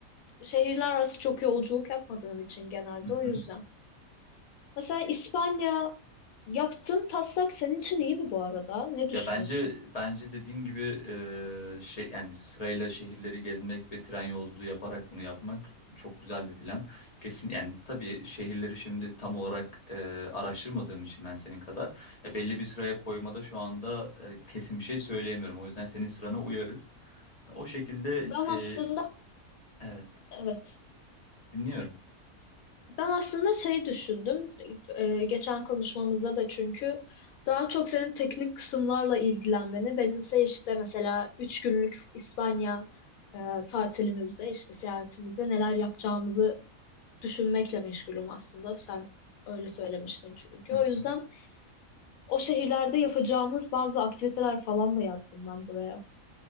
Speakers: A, on the left (about 75°); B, on the left (about 35°).
A: şehirler arası çok yolculuk yapmadığım için genelde
B: Hı
A: o yüzden.
B: hı.
A: Mesela İspanya yaptığın taslak senin için iyi mi bu arada? Ne düşünüyorsun?
B: Ya bence bence dediğin gibi e, şey yani sırayla şehirleri gezmek ve tren yolculuğu yaparak bunu yapmak çok güzel bir plan. Kesin yani tabii şehirleri şimdi tam olarak e, araştırmadığım için ben senin kadar e, belli bir sıraya koymada şu anda e, kesin bir şey söyleyemiyorum. O yüzden senin sırana uyarız. O şekilde
A: Ben aslında
B: e, evet
A: evet.
B: dinliyorum.
A: Ben aslında şey düşündüm. e, geçen konuşmamızda da çünkü daha çok senin teknik kısımlarla ilgilenmeni, benimse işte mesela 3 günlük İspanya e, tatilimizde, işte seyahatimizde neler yapacağımızı düşünmekle meşgulüm aslında. Sen öyle söylemiştin çünkü.
B: Hı
A: O yüzden
B: hı.
A: o şehirlerde yapacağımız bazı aktiviteler falan da yazdım ben buraya.